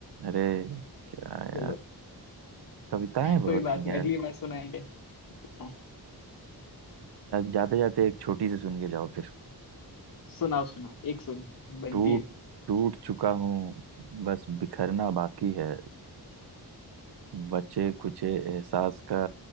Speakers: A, on the right; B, on the left.
A: अरे क्या यार
B: चलो
A: कविताएं बहुत
B: कोई बात
A: ही
B: नहीं
A: यार
B: अगली बार सुनाएंगे हाँ
A: जाते जाते एक छोटी सी सुन के जाओ फिर
B: सुनाओ सुनाओ एक सुन बनती
A: टूट
B: है
A: टूट चुका हूँ बस बिखरना बाकी है बचे कुचे एहसास का